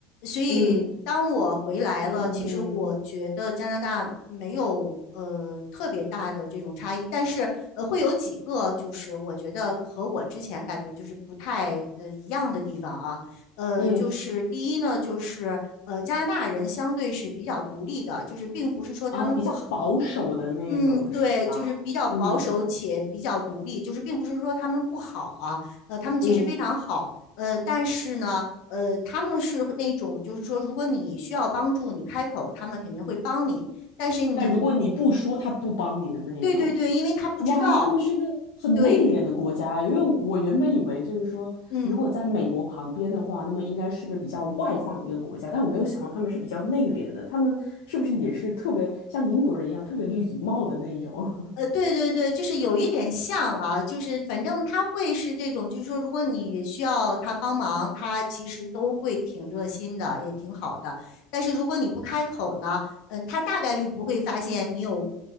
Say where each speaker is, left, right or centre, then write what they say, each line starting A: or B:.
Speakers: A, on the left; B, on the left.
A: 所以当我回来了，
B: 嗯嗯
A: 其实我觉得加拿大没有呃特别大的这种差异，但是呃会有几个就是我觉得和我之前感觉就是不太呃一样的地方啊，呃就是第一呢就是呃加拿大人相对是比较独立的，
B: 嗯。
A: 就是并不是说他们不好，
B: 啊，比较保守的那种是吧？
A: 嗯，对，就是比较保守且比较独立，
B: 嗯
A: 就是并不是说他们不好啊，呃，他们其实非常好，
B: 嗯，
A: 呃，但是呢，呃，他们是那种就是说，如果你需要帮助，你开口，他们肯定会帮你，但是你，
B: 但如果你不说，他不帮你的那一种，
A: 对对对，因为他不知道，
B: 哇，那他们是个很内敛的国家。
A: 对，
B: 因为我原本以为就是说，
A: 嗯。
B: 如果在美国旁边的话，那么应该是个比较外放的一个国家，但我没有想到他们是比较内敛的。他们是不是也是特别像英国人一样特别礼貌的那一种？<laughs>
A: 呃，对对对，就是有一点像啊，就是反正他会是这种，就是说，如果你需要他帮忙，他其实都会挺热心的，也挺好的。但是如果你不开口呢，呃，他大概率不会发现你有，